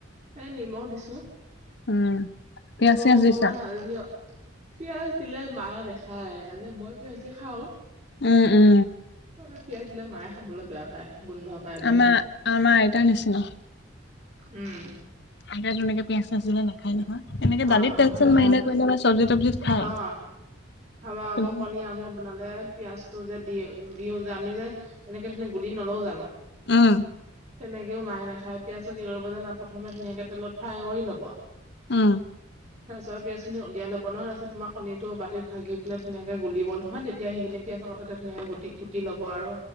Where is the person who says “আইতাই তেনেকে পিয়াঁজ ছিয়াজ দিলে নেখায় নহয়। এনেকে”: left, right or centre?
Left